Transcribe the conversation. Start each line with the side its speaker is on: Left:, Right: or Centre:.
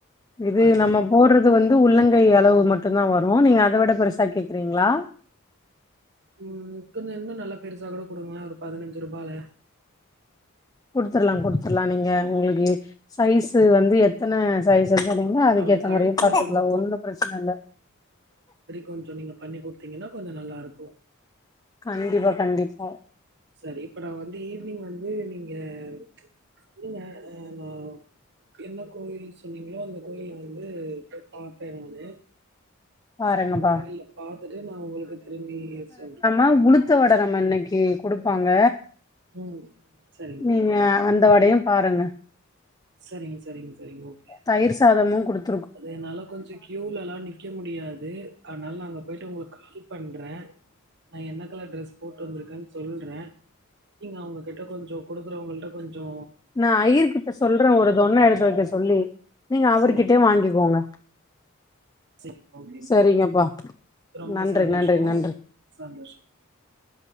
Left: இது
Right: பாத்து
Left: நம்ம போடுறது வந்து உள்ளங்கை அளவு மட்டுந்தா வரு நீங்க அத விட பெருசா கேக்குறீங்களா
Right: ம் கொஞ்ச இன்னு நல்லா பெருசா கூட கொடுங்களே ஒரு பதினஞ்சு ரூபால
Left: குடுத்தர்லா குடுத்தர்லா நீங்க உங்களுக்கு சைஸு வந்து எத் எத்தன சைஸ்ன்னு சொன்னீங்கனா அதுக்கு
Right: அவரு
Left: ஏத்த
Right: கழுத்துல
Left: மாரியு பாத்துக்கலா
Right: வந்து
Left: ஒன்னு பிரச்சனயில்ல
Right: கொஞ்சோ நீங்க பண்ணி குடுத்தீங்கனா கொஞ்சோ நல்லாருக்கு.
Left: கண்டிப்பா கண்டிப்பா
Right: சரி இப்ப நா வந்து ஈவ்னிங் வந்து நீங்க சொல்லுங்க ஹலோ என்ன கோயில் சொன்னீங்களோ அந்த கோயில வந்து பாத்தே நானு
Left: பாருங்கப்பா
Right: அந்த கோயில பாத்துட்டு, நா உங்களுக்கு திரும்பி சொல்றே
Left: ஆ உளுத்த வட நம்ம இன்னைக்கு குடுப்பாங்க
Right: ம். சரிங்க,
Left: நீங்க
Right: சரிங்க.
Left: அந்த வடையு பாருங்க
Right: சரிங்க சரிங்க சரிங்க ஓகே
Left: தயிர் சாதமு குடுத்
Right: அது என்னால கொஞ்சோ கியூலலா நிக் நிக்க முடியாது அதனால நா அங்க போயிட்டு உங்களுக்கு கால் பண்றே. நா என்ன கலர் ட்ரெஸ் போட்டு வந்திருக்கேன்னு சொல்றே. நீங்க அவங்ககிட்ட கொஞ்சோ குடுக்கறவங்கள்ட கொஞ்சோ
Left: நா ஐயர் கிட்ட சொல்றே ஒரு தொண்ண எடுத்து வக்க சொல்லி நீங்க அவர்கிட்டேயே
Right: சரி.
Left: வாங்கிக்கோங்க
Right: சரி. ஓகேங்க.
Left: சரிங்கப்பா
Right: ரொம்ப
Left: நன்றி
Right: சந்தோஷம்.
Left: நன்றி நன்றி
Right: சந்தோஷம்.